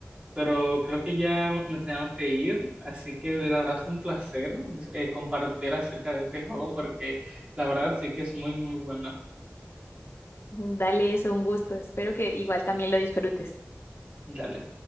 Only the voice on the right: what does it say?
pero creo que ya me tengo que ir, así que la verdad fue un placer eh, compartir acerca de este juego porque la verdad sí que es muy, muy bueno.
Dale.